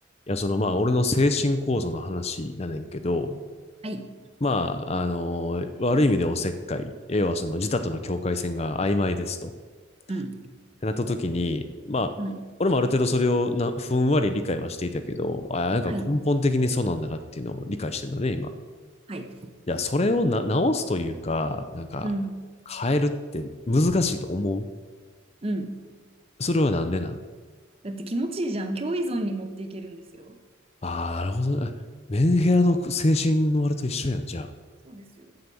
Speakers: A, on the left (about 30°); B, on the right (about 30°).
A: や、そのまあ、俺の精神構造の話やねんけど、
B: はい。
A: まあ、あの、悪い意味でおせっかい、要はその自他との境界線が曖昧ですと。
B: うん。
A: ってなった時に、まあ、
B: うん。
A: 俺もある程度それをなふんわり理解はしていたけど、あ、なんか根本的にそうなんだなっていうのを理解してんだね、
B: はい。
A: 今。
B: はい。
A: いや、それをな直すというか、なんか、
B: うん。
A: 変えるって難しいと思う
B: うん。
A: それはなんでなの
B: だって気持ちいいじゃん。強依存に持っていけるんですよ。
A: ああ、なるほどね。メンヘラの精神のあれと一緒やん、じゃあ。
B: そうですよ。